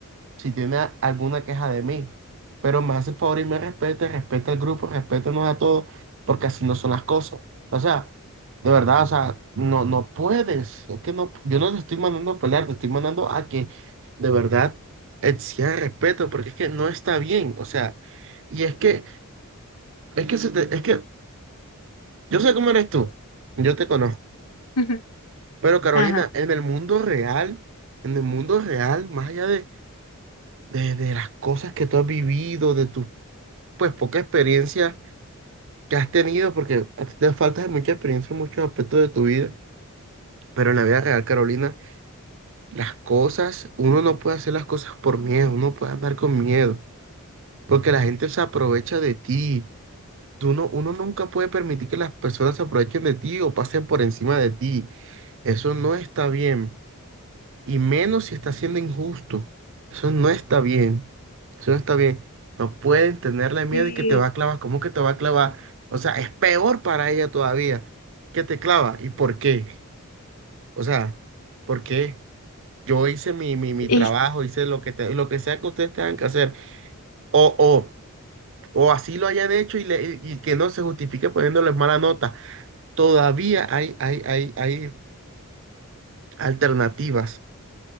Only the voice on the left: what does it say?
<laughs>
Ajá.
Sí,
y